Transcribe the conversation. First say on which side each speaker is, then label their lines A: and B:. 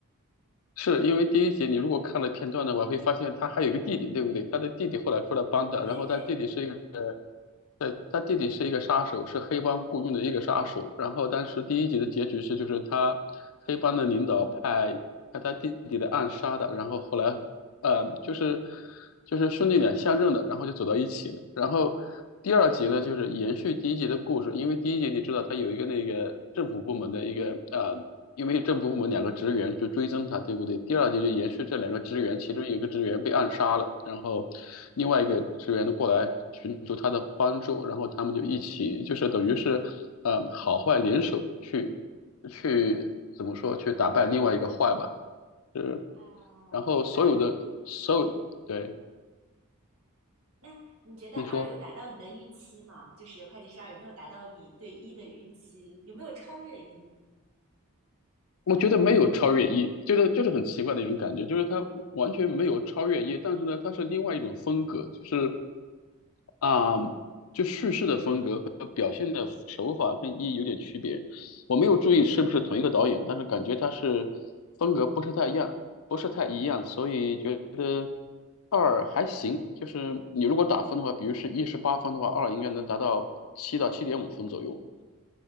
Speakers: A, on the left; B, on the right.
A: 是因为第一集你如果看了片段的话，我会发现他还有一个弟弟，对不对？他的弟弟后来出来帮他，然后他弟弟是一个。
B: 对对，
A: 对，他弟弟是一个杀手，是黑帮雇佣的一个杀手。然后当时第一集的结局是，就是他黑帮的领导派派他弟弟的暗杀的。然后后来，呃，就是就是兄弟俩相认的，然后就走到一起了。然后第二集呢，就是延续第一集的故事，因为第一集你知道他有一个那个政府部门的一个呃因为政府部门两个职员就追踪他，对不对？第二节就延续这两个职员，
B: 嗯。
A: 其中有一个职员被暗杀了，然后另外一个职员过来寻求他的帮助，然后他们就一起，就是等于是，呃，好坏联手去去怎么说，去打败另外一个坏吧。是
B: 啊，
A: 然后所有的所有，
B: 明白。
A: 对，
B: 那你觉得二有达到你的预期吗？
A: 你说，
B: 就是会计师二有没有达到你对一的预期？有没有超越一？
A: 我觉得没有超越一，就是就是很奇怪的一种感觉，就是他完全没有超越一，但是呢，他是另外一种风格，就是啊，就叙事的风格和表现的手法跟一有点区别。我没有注意是不是同一个导演，但是感觉他是风格不是太一样，不是太一样，所以觉得二还行。就是你如果打分的话，比如是一十八分的话，二应该能达到七到七点五分左右。